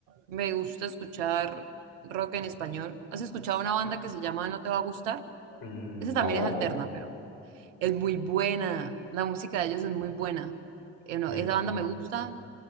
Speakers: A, on the right; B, on the left.
A: me gusta escuchar rock en español. ¿Has escuchado una banda que se llama No te va a gustar?
B: Mm,
A: Esa también
B: No,
A: es alterna, pero es muy buena. La música de ellos es muy buena. Eh, no,
B: no.
A: esa banda me gusta.